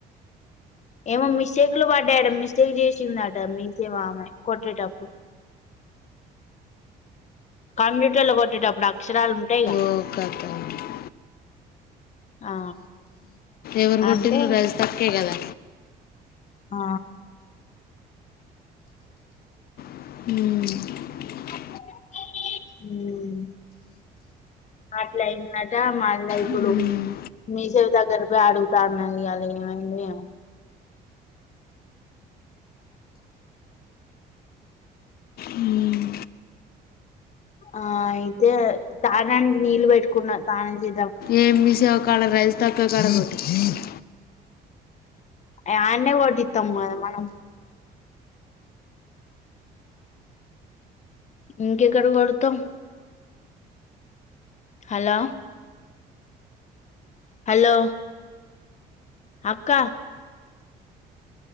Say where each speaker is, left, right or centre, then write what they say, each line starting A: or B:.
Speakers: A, on the left; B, on the left.
A: ఏమో మిస్టేక్లు పడ్డాయడ మిస్టేక్ చేసిందట మీసేవ ఆమె కొట్టేటప్పుడు కంప్యూటర్ లో కొట్టేటప్పుడు అక్షరాలు ఉంటాయిగా
B: <unintelligible>
A: ఆ
B: ఎవరు కొట్టిలు
A: అంటే
B: రజతక్కే కదా
A: ఆ
B: మ్
A: ఉ అట్లయిందట మళ ఇప్పుడు
B: ఉమ్,
A: మీసేవ దగ్గర పోయి అడుగుతా అన్నది ఇలా ఏమైంది
B: ఉమ్.
A: ఆ అయితే తాగాడానికి నీళ్ళు పెట్టుకున్న తానం చే
B: ఏ మీసేవ కాడ రైస్ సర్కిల్ కాడా <unintelligible>
A: అయి అన్నే కొట్టితమ్ కదా మనం ఇంకెక్కడ కొడుతం హలో హలో అక్క